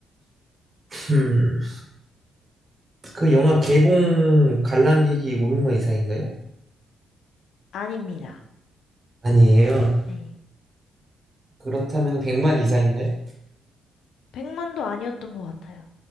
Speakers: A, on the right; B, on the left.
A: 음, 그 영화 개봉 관람객이 500만 이상인가요?
B: 아닙니다.
A: 아니에요.
B: 네.
A: 그렇다면 100만 이상인가요?
B: 백만도 아니었던 것 같아요.